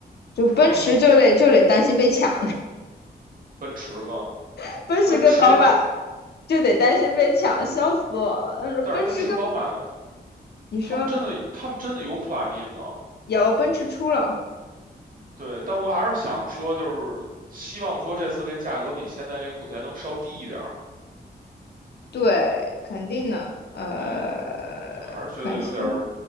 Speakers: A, on the left; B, on the right.
A: 就奔驰就得就得担心被抢，
B: 成啊，奔驰吗？
A: <laughs> 奔驰跟宝马
B: 奔驰，
A: 就得担心被抢，笑死我了。他说奔驰跟
B: 但是奔驰、宝马，
A: 你说
B: 他们真的，他们真的有 plug-in 吗？
A: 有奔驰出了，
B: 对，但我还是想说，就是希望说这次这价格比现在这个目前能稍低一点儿。
A: 对，肯定的。呃，
B: 嗯，因为还是觉得有点儿，
A: 我看一下，